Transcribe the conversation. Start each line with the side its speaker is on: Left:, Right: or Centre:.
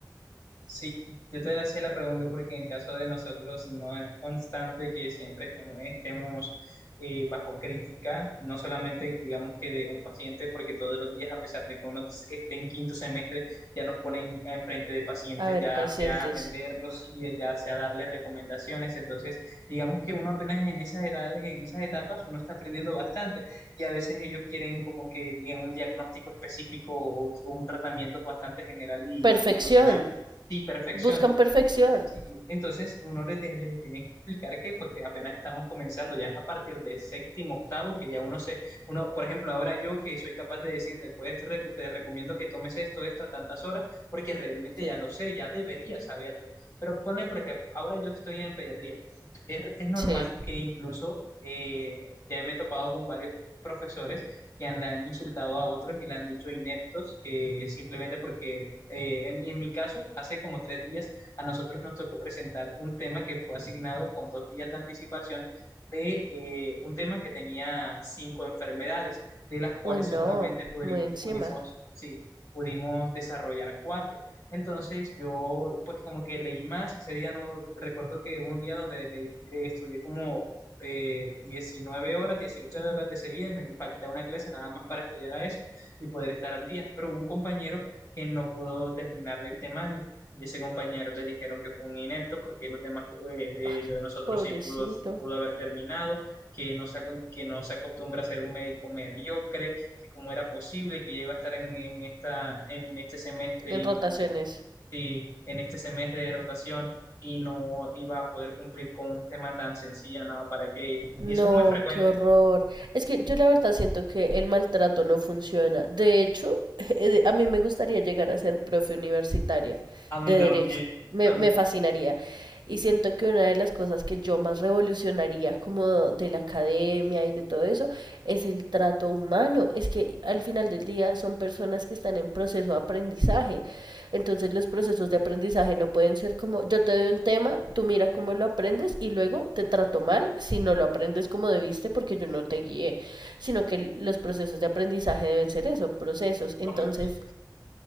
Left: Sí, yo te hacía la pregunta porque en el caso de nosotros no es constante que siempre estemos, estemos, eh, bajo crítica, no solamente digamos que de un paciente, porque todos los días, a pesar de que uno esté en quinto semestre, ya nos ponen enfrente de pacientes,
Right: A ver,
Left: ya
Right: pacientes.
Left: sea a atenderlos y ya sea a darle recomendaciones. Entonces, digamos que uno apenas en esas edades, en esas etapas, uno está aprendiendo bastante y a veces ellos quieren como que digan un diagnóstico específico o, o un tratamiento bastante general y
Right: Perfección.
Left: rutinario. Sí, perfección
Right: Buscan perfección.
Left: Sí, entonces uno les, de- les tiene que explicar que pues apenas estamos comenzando, ya es a partir del séptimo, octavo, que ya uno se, uno, por ejemplo, ahora yo que soy capaz de decirte, pues te rec- te recomiendo que tomes esto, esto a tantas horas, porque realmente
Right: Sí,
Left: ya lo sé, ya debería saberlo. Pero ponle, por ejemplo, ahora yo estoy en pediatría. Es, es normal
Right: sí.
Left: que incluso eh, ya me he topado con varios profesores que han, le han insultado a otros y le han dicho ineptos, que simplemente porque eh, en mi en mi caso, hace como tres días a nosotros nos tocó presentar un tema que fue asignado con dos días de anticipación de eh, un tema que tenía cinco enfermedades, de las cuales
Right: Uy, no,
Left: solamente pudri-
Right: muy encima.
Left: pudimos, sí, pudimos desarrollar cuatro. Entonces yo pues como que leí más, ese día no recuerdo que hubo un día donde le- eh, estudié como eh, 19 horas, 18 horas de seguida, y me faltaba una clase nada más para estudiar a eso y poder estar al día, pero hubo un compañero que no pudo terminarle el temario y ese compañero le dijeron que fue un inepto porque los demás eh, de,
Right: Ay,
Left: de nosotros
Right: pobrecito.
Left: sí pudo, pudo haber terminado, que no se, acon- que no se acostumbra a ser un médico mediocre, que cómo era posible que ya iba a estar en, en esta, en este semestre
Right: En
Left: y
Right: rotaciones.
Left: no, sí, en este semestre de rotación y no iba a poder cumplir con un tema tan sencillo, nada, para qué.
Right: No,
Left: Y eso es muy frecuente.
Right: qué horror. Es que yo la verdad siento que el maltrato no funciona. De hecho, <laughs> eh, a mí me gustaría llegar a ser profe universitaria
Left: A mí
Right: de derecho.
Left: también,
Right: Me,
Left: a
Right: me
Left: mí,
Right: fascinaría. Y siento que una de las cosas que yo más revolucionaría como de la academia y de todo eso es el trato humano. Es que al final del día son personas que están en proceso de aprendizaje entonces los procesos de aprendizaje no pueden ser como yo te doy un tema, tú mira cómo lo aprendes y luego te trato mal si no lo aprendes como debiste porque yo no te guié, sino que los procesos de aprendizaje deben ser eso, procesos. Entonces,
Left: correcto.